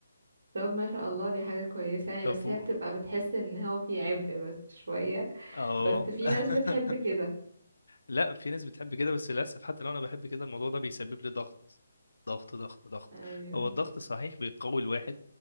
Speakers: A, on the right; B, on the left.
A: طب ما شاء الله دي حاجة كويسة يعني
B: لو
A: بس
B: فوق
A: هي بتبقى بتحس ان هو في عبء بس شوية
B: اه
A: بس في
B: <laughs>
A: ناس بتحب كده
B: لا في ناس بتحب كده بس للاسف حتى لو انا بحب كده الموضوع ده بيسبب لي ضغط ضغط ضغط ضغط
A: ايوه
B: هو الضغط صحيح بيقوي الواحد